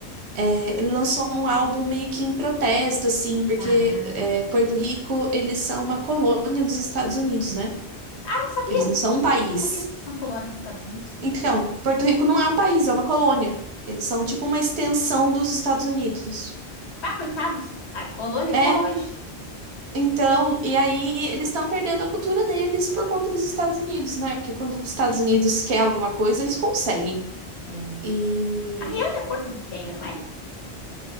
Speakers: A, on the right (about 80°); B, on the left (about 85°).
A: É, ele lançou um álbum meio que em protesto, assim, porque
B: Ah.
A: é, Porto Rico, eles são uma colônia dos Estados Unidos, né?
B: Ah, não sabia.
A: Eles não são um país.
B: Não sabia que eles são colônia dos Estados Unidos.
A: Então, Porto Rico não é um país, é uma colônia. Eles são tipo uma extensão dos Estados Unidos.
B: Ah, coitados, a colônia
A: É,
B: até hoje.
A: então, e aí eles estão perdendo a cultura deles por conta dos Estados Unidos, né? Porque quando os Estados Unidos quer alguma coisa, eles conseguem.
B: É.
A: E
B: A Rihanna é porto-riquenha, não é?